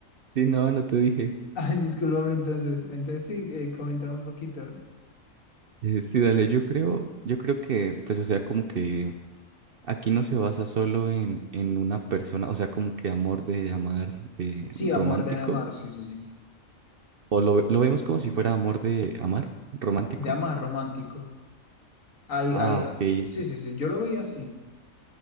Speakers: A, on the right; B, on the left.
A: Sí, no, no te dije.
B: Ay, discúlpame entonces. Entonces sí, eh, comentaba un poquito.
A: Eh, sí, dale, yo creo, yo creo que, pues, o sea, como que aquí no se basa solo en, en una persona, o sea, como que amor de amar, de
B: Sí,
A: romántico,
B: amor de amar, sí, sí, sí.
A: o lo, ve- lo vemos como si fuera amor de amar, romántico.
B: De amar romántico. Ay,
A: Ah,
B: ay, ah,
A: ok, ento-
B: sí, sí, sí. Yo lo veía así.